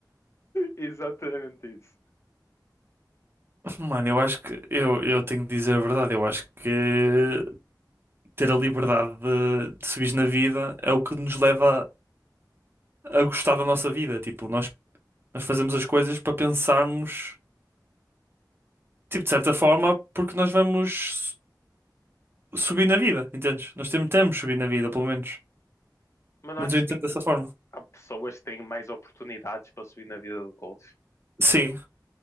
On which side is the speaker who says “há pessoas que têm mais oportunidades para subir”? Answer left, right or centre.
Left